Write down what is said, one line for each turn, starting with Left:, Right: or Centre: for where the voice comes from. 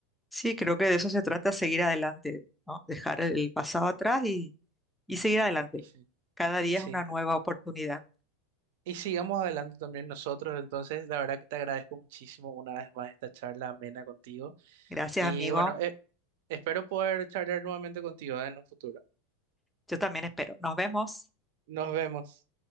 Centre: Sí, creo que de eso se trata, seguir adelante, ¿no? Dejar el pasado atrás y, y seguir adelante.
Right: Y sí,
Centre: Cada
Right: y
Centre: día
Right: sí,
Centre: es una nueva
Right: a-
Centre: oportunidad.
Right: y sigamos adelante también nosotros. Entonces, la verdad que te agradezco muchísimo una vez más esta charla amena contigo
Centre: Gracias,
Right: y
Centre: amigo.
Right: bueno, eh, espero poder charlar nuevamente contigo, eh, en un futuro.
Centre: Yo también espero. Nos vemos.
Right: Nos vemos.